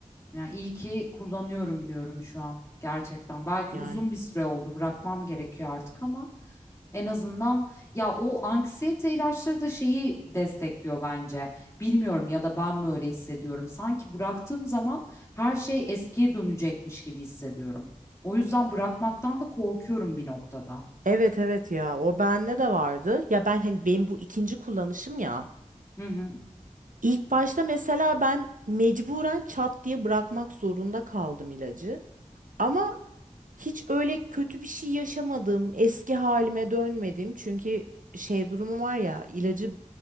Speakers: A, on the left; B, on the right.
A: Yani iyi ki kullanıyorum diyorum şu an gerçekten. Belki
B: Yani
A: uzun bir süre oldu bırakmam gerekiyor artık ama en azından ya o anksiyete ilaçları da şeyi destekliyor bence. Bilmiyorum ya da ben mi öyle hissediyorum. Sanki bıraktığım zaman her şey eskiye dönecekmiş gibi hissediyorum. O yüzden bırakmaktan da korkuyorum bir noktada.
B: evet evet ya o bende de vardı. Ya ben hani benim bu ikinci kullanışım ya.
A: Hı hı.
B: İlk başta mesela ben mecburen çat diye bırakmak zorunda kaldım ilacı. Ama Hiç öyle kötü bir şey yaşamadım. Eski halime dönmedim. Çünkü şey durumu var ya, ilacı